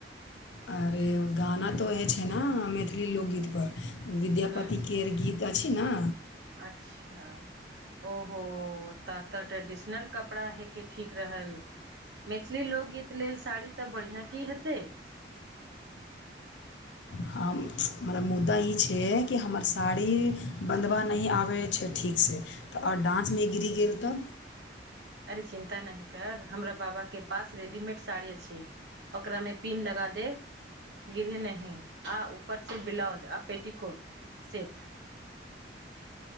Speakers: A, on the left; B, on the right.
A: अरे उ गाना तऽ वएहे छै न मैथिली लोकगीतपर विद्यापतिकेर
B: हूँ
A: गीत अछि न
B: अच्छा ओहो त तऽ ट्रेडिशनल कपड़ा हइके ठीक रहल मैथिली लोकगीत लेल साड़ी तऽ बढ़िआँ की हेतै
A: हम मने मुद्दा ई छय कि हमर साड़ी बंधब नय आबै छै ठीकसे तऽ ओर डान्समे गिरी गेल तऽ
B: अरे चिन्ता नहि कर हमरा बाबाके पास रेडीमेड साड़ी अछि ओकरा मे पीन लगा देब गिरे नहि आ ऊपरसँ ब्लाउज आ पेटीकोट सेट